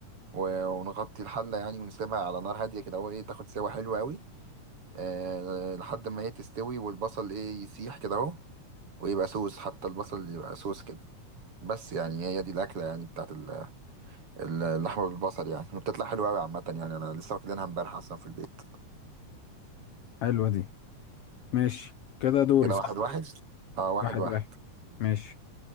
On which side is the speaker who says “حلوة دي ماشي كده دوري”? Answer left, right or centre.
Left